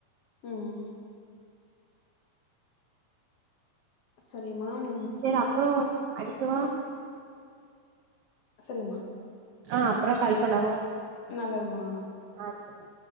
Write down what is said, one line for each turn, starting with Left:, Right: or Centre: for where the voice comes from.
Left: உம் சரி மாம்
Right: சேர் அப்றோ அடிக்கவா
Left: சரி அம்மா
Right: ஆ அப்ற கால்பன்னவும்
Left: நல்லதுமா
Right: ஆ ச்செரி